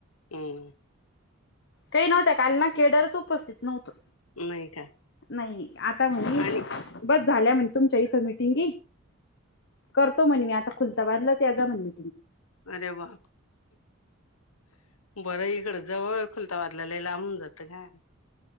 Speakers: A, on the left; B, on the left.
A: हम्म
B: ते नव्ह त्या काल ना केडरच उपस्थित नव्हत.
A: नाही का
B: नाही आता म्हणे
A: आणि
B: बस झाल्या म्हणे तुमच्या इथं मिटिंग करतो म्हणे मी आता खुलताबादलाच या जा म्हणले.
A: अरे वा! बरं इकडं जवळ खुलताबादला लय लांबून जातं काय